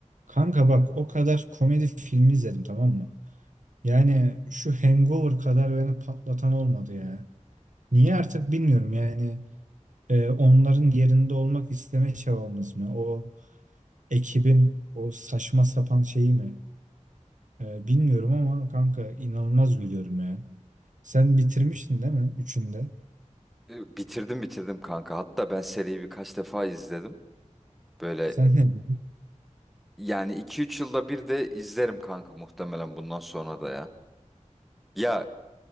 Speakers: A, on the right; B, in the centre.
A: Kanka bak o kadar komedi filmi izledim tamam mı? Yani şu Hangover kadar beni patlatan olmadı ya. Niye artık bilmiyorum yani e, onların yerinde olmak isteme çabamız mı? O ekibin o saçma sapan şeyi mi? E, bilmiyorum ama kanka inanılmaz gülüyorum ya. Sen bitirmiştin değil mi? Üçünde.
B: E, Bitirdim bitirdim kanka. Hatta ben seriyi birkaç defa izledim. Böyle
A: Sen ne? dedin?
B: yani iki üç yılda bir de izlerim kanka muhtemelen bundan sonra da ya. Ya